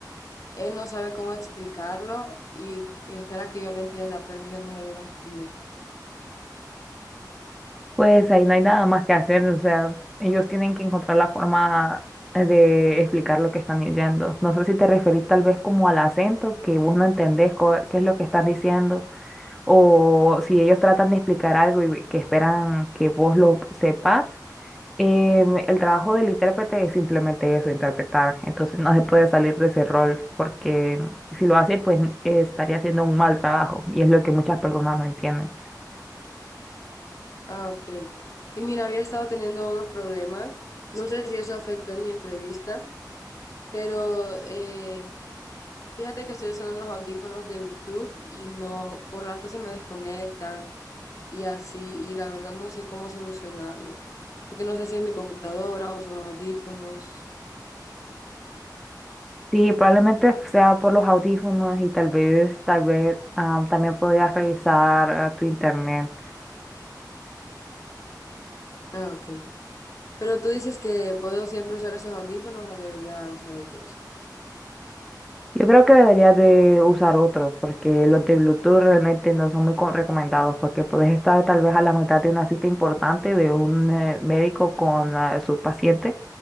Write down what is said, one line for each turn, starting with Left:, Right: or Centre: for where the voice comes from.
Left: Él no sabe cómo explicarlo y, y espera que yo lo entienda, pero yo no lo llego a entender.
Centre: Pues ahí no hay nada más que hacer, o sea, ellos tienen que encontrar la forma de explicar lo que están diciendo. No sé si te referís tal vez como al acento, que vos no entendés co- qué es lo que están diciendo, o si ellos tratan de explicar algo y que esperan que vos lo sepas. Em, el trabajo del intérprete es simplemente eso, interpretar. Entonces no se puede salir de ese rol, porque si lo hace, pues estaría haciendo un mal trabajo, y es lo que muchas personas no entienden.
Left: Ah, ok. Y mira, había estado teniendo unos problemas. No sé si eso afectó en mi entrevista, pero eh, fíjate que estoy usando unos audífonos de Bluetooth y no, por rato se me desconectan y así, y la verdad no sé cómo solucionarlo, porque no sé si es mi computadora o son los audífonos.
Centre: Sí, probablemente sea por los audífonos y tal vez, tal vez am, también podrías revisar ah, tu internet.
Left: Ah, ok. Pero tú dices que puedo siempre usar esos audífonos o debería usar otros.
Centre: Yo creo que deberías de usar otros porque los de Bluetooth realmente no son muy co- recomendados porque puedes estar tal vez a la mitad de una cita importante de un eh, médico con ah, su paciente